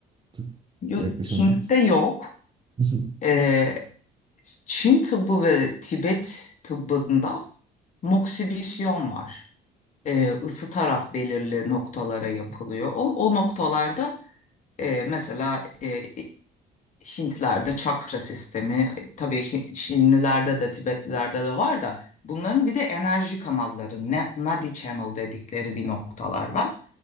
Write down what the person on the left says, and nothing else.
Yo-
Hint'te yok.
Ee, Çin tıbbı ve Tibet tıbbında moksibisyon var. e, ısıtarak belirli noktalara yapılıyor. O, o noktalarda e, mesela e, Hintlerde çakra sistemi, tabii Hi- Çinlilerde de Tibetlilerde de var da bunların bir de enerji kanalları, ne, Nadi Channel dedikleri bir noktalar var.